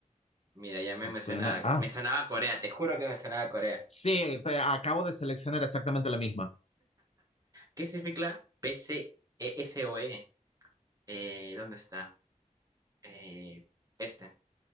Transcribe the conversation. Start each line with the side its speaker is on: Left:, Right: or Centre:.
Right: Mira, Yemen
Left: me
Right: me
Left: suena.
Right: suena,
Left: Ah,
Right: me sonaba a Corea, te juro que me sonaba a Corea.
Left: Sí, te- acabo de seleccionar exactamente la misma.
Right: ¿Qué significa PCESOE? Eh, ¿dónde está? Eh, este,